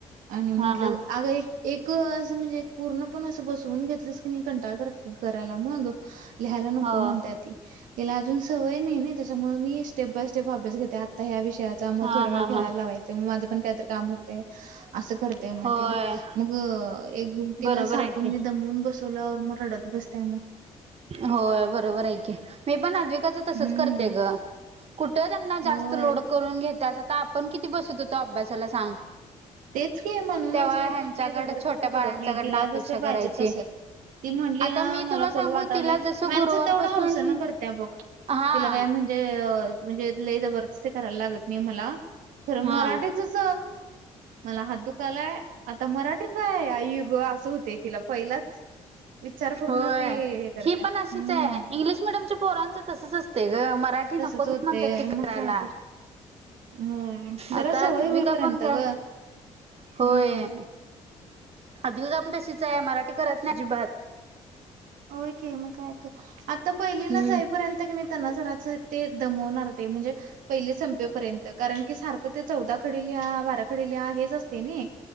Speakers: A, on the right; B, on the right.
A: आणि म्हटलं
B: हा हा
A: अगं एक एक असं म्हणजे पूर्ण पण असं बसवून घेतलंच की मी कंटाळ कर करायला मग. लिहायला
B: हो
A: नको म्हणत्या ती त्याला अजून सवय नाही ना त्याच्यामुळे मी स्टेप बाय स्टेप अभ्यास घेतल. ते आता ह्या विषयाचा मग
B: हा
A: थोडा वेळ
B: हा
A: खेळायला
B: हा.
A: लावायचं मग माझं पण काहीतरी काम होते. असं करतय मग
B: होय
A: तिला. मग एक तिला
B: बरोबर
A: सारखं
B: आहे की.
A: मी दमवून बसवलं मग रडत बसताय मग.
B: होय बरोबर कि मी पण आदि तसच
A: हम्म
B: करते ग कुठ त्यांना
A: होय
B: जास्त लोड करून घत्यास. आता आपण किती बसत होतो अभ्यासाला सांग?
A: तेच की म्हणूनच
B: तेव्हा
A: मी
B: ह्यांच्याकडे
A: पण लई जबरदस्ती
B: छोट्या
A: करत
B: बाळांच्याकडनं
A: नाही. तिला
B: अपेक्षा
A: जस
B: करायची.
A: पाहिजे तस ती म्हणली
B: आता
A: ना
B: मी
A: मला
B: तुला सांगू
A: करू वाटालय
B: तिला जसं
A: म्याच
B: गुरुवारपासून
A: तेवढं हावसनं करते. बघ
B: हा
A: तिला काय म्हणजे म्हणजे लई जबर दस्ती करायला लागत नाही मला. खरं
B: हा
A: मराठीचच मला हात दुखालाय आता मराठीच आहे आई ग असं होत तिला पहिलंच. विचार करूनच
B: होय.
A: ती हे करते
B: ही
A: हम्म.
B: पण अशीच आहे इंग्लिश मिडियमच्या पोरांचं तसच असते ग मराठी नकोच
A: तसच होते
B: म्हणतात तेी करायला.
A: मग काय तर हो जरा
B: आता
A: सवय
B: अद्विका
A: होईपर्यंत
B: पण काय,
A: ग
B: होय.
A: हम्म
B: अद्विका पण तशीच आहे मराठी करत नाही अजिबात.
A: ओय कि मग काय कर आता पहिलीला
B: हम्म
A: जाईपर्यंत क नाही. त्यांना जराच ते दमवणार ते म्हणजे पहिले संपेपर्यंत कारण की सारखं ते चौदा खडे लिहा बारा खडे लिहा हेच असते नाही.